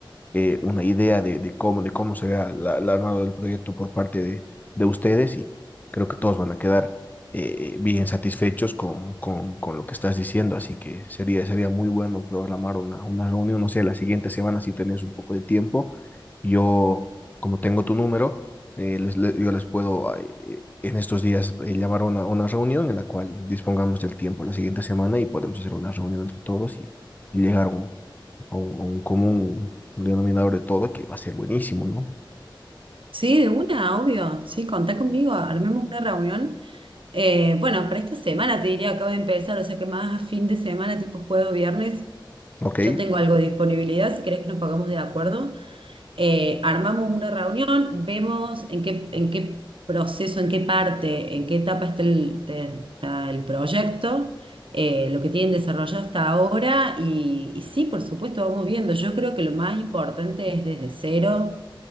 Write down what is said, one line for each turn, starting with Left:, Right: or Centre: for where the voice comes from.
Left: eh, una idea de, de cómo, de cómo será la, el armado del proyecto por parte de, de ustedes y creo que todos van a quedar eh, bien satisfechos con, con, con lo que estás diciendo, así que sería, sería muy bueno programar una, una reunión, no sé, la siguiente semana si tenés un poco de tiempo. Yo, como tengo tu número, eh, les- le- yo les puedo eh, en estos días eh, llamar a una, una reunión en la cual dispongamos del tiempo la siguiente semana y podemos hacer una reunión entre todos y, y llegar a un, a un, a un común denominador de todo que va a ser buenísimo, ¿no?
Right: sí, de una, obvio. Sí, contá conmigo, armemos una reunión. Eh, bueno, para esta semana te diría, acabo de empezar, o sea que más a fin de semana, tipo jueves o viernes,
Left: Ok,
Right: yo tengo algo de disponibilidad, si querés que nos pagamos de acuerdo. eh, armamos una reunión, vemos en qué, en qué proceso, en qué parte, en qué etapa está el, te- está el proyecto, eh, lo que tienen desarrollado hasta ahora y, y sí, por supuesto, vamos viendo. Yo creo que lo más importante es desde cero